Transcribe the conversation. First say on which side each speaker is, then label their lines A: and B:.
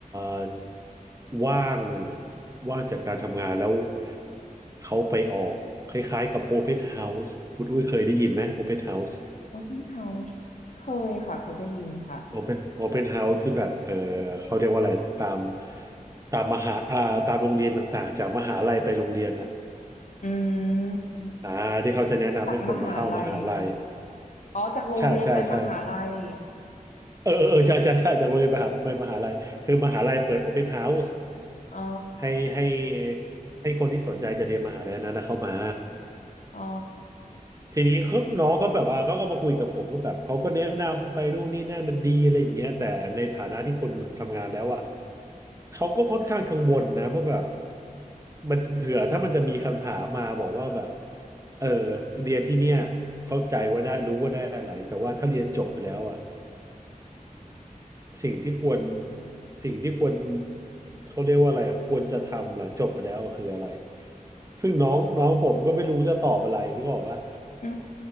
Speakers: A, on the right; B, on the left.
A: อว่างว่างจากการทำงานแล้วเขาไปออกคล้ายๆกับ Open House คุณอุ้ยเคยได้ยินไหม Open House
B: Open House เคยค่ะ เคยได้ยินค่ะ
A: โอเ n นโอเ n นเฮาส์ที่แบบเออเขาเรียกว่าอะไรตามตามมหาอ่าตามโรงเรียนต่างๆจากมหาลัยไปโรงเรียนนะ
B: อืม
A: อ่าที่เขาจะแนะนำให้คนมาเข้ามหาลัย
B: จากมหาลัยอ๋อ จากโรงเรียนไปมหาลัย
A: ใช่ใช่ใช่เออเออเออใช่ใช่ใช่จากโรงเรียนมหาไปมหาลัยคือมหาลัยเปิดโอเ n นเฮาส์
B: อ๋อ
A: ให้ให้ให้คนที่สนใจจะเรียนมหาลัยนั้นนะเข้ามา
B: อ๋อ
A: ทีนี้เขาน้องเขาแบบว่าเขาก็มาคุยกับผมก็แบบเขาก็แนะนำไปนู่นนี่นั่นมันดีอะไรอย่างเงี้ยแต่ในฐานะที่คนทำงานแล้วอ่ะเขาก็ค่อนข้างกังวลนะว่าแบบมันเถื่อถ้ามันจะมีคำถามมาบอกว่าแบบเออเรียนที่เนี่ยเข้าใจว่าได้รู้ว่าได้อะไรแต่ว่าถ้าเรียนจบไปแล้วอ่ะสิ่งที่ควรสิ่งที่ควรเขาเรียกว่าอะไรควรจะทำหลังจบไปแล้วคืออะไรซึ่งน้องน้องผมก็ไม่รู้จะตอบอะไรนึกออกปะ
B: อื